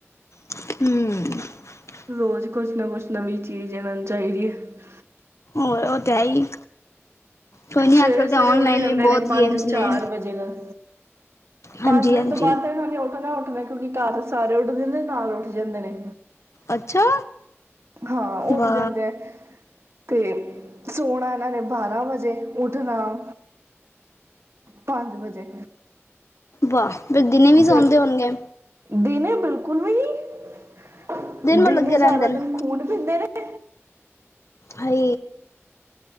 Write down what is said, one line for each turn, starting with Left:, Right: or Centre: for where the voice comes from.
Left: <inaudible>
Right: ਰੋਜ਼ ਕੁਛ ਨਾ ਕੁਛ ਨਵੀਂ ਚੀਜ਼ ਏਨਾਨੂ ਚਾਹੀਦੀ ਹੈ
Left: ਹੋਰ ਉਹ ਤੇ ਹੈ ਹੀ ਕੋਈ ਨਹੀਂ
Right: ਸਵੇਰੇ
Left: ਅੱਜ ਕੱਲ੍ਹ
Right: ਸਵੇਰੇ
Left: ਤਾਂ ਔਨਲਾਈਨ
Right: ਉੱਠ ਜਾਂਦੇ
Left: ਵੀ ਬਹੁਤ
Right: ਨੇ ਪੰਜ
Left: ਗੇਮਸ ਨੇ
Right: ਚਾਰ ਵਜੇ ਨਾਲ ਪੰਜ
Left: ਹਾਂਜੀ
Right: ਵਜੇ
Left: ਹਾਂਜੀ
Right: ਤੋਂ ਬਾਦ ਤੇ ਐਨਾਨੇ ਉਠਨਾ ਕਿਉਂਕਿ ਘਰ ਸਾਰੇ ਉੱਠਦੇ ਨੇ, ਨਾਲ ਉੱਠ ਜਾਂਦੇ ਨੇ
Left: ਅੱਛਾ
Right: ਹਾਂ ਉੱਠ
Left: ਵਾ
Right: ਜਾਂਦੇ ਐ ਤੇ ਸੋਣਾ ਇਹਨਾਂ ਨੇ ਬਾਰਾਂ ਵਜੇ ਉੱਠਣਾ ਪੰਜ ਵਜੇ
Left: ਵਾਹ ਫਿਰ ਦਿਨੇ ਵੀ
Right: ਫਿਰ
Left: ਸੌਂਦੇ ਹੋਣਗੇ
Right: ਦਿਨੇ ਬਿਲਕੁਲ <unintelligible> ਦਿਨ
Left: ਭਰ ਲੱਗੇ ਰਹਿੰਦੇ
Right: ਸਾਰਾ
Left: ਨੇ
Right: ਦਿਨ ਖੂਨ ਪੀਂਦੇ ਨੇ <inaudible>
Left: ਹਏ।